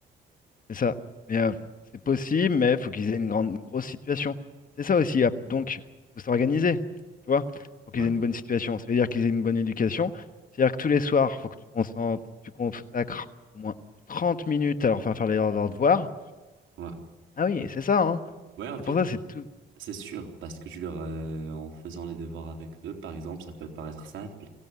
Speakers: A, on the left; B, on the right.
A: C'est ça. Mais euh, c'est possible, mais il faut qu'ils aient une grande, une grosse situation. C'est ça aussi. ah, Donc, il faut s'organiser, tu vois. Il faut qu'ils
B: Ouais,
A: aient une bonne situation. Ça veut dire qu'ils aient une bonne éducation. C'est-à-dire que tous les soirs, il faut que tu consentes, tu consacres au moins 30 minutes à leur faire faire leurs leurs devoirs.
B: ouais.
A: Ah oui, c'est ça, hein.
B: Ouais, en
A: C'est
B: fait,
A: pour ça, c'est tout.
B: C'est sûr, parce que tu leur, euh, en faisant les devoirs avec eux, par exemple, ça peut paraître simple,